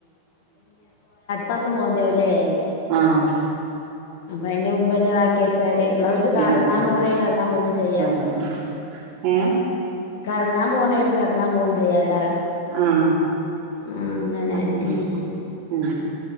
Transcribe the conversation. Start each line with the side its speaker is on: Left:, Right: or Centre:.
Left: തമാസം പോക്കും ലേ.
Right: ആഹ.
Left: അപ്പൊ അതിന്റെ മുമ്പ തന്നെ ഇതാക്കി വെച്ചാര് എന്നാ ഓല്ക്ക്
Right: ഇത്
Left: കറങ്ങാൻ
Right: പറയന്നെ
Left: പോണേ കറങ്ങാൻ പോകേ ചെയ്യാ
Right: <inaudible> ഏഹ്
Left: കറങ്ങാൻ പോകണക്ക് കറങ്ങാൻ പോകൻ ചെയ്യാലേ
Right: ആഹ്
Left: ഉം അങ്ങനെ
Right: അതന്നെ
Left: ഉം
Right: ഉം